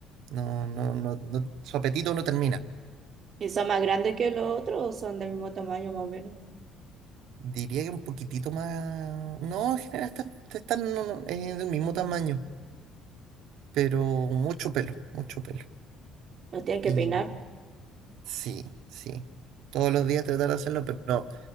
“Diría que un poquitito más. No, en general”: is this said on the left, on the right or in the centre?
Right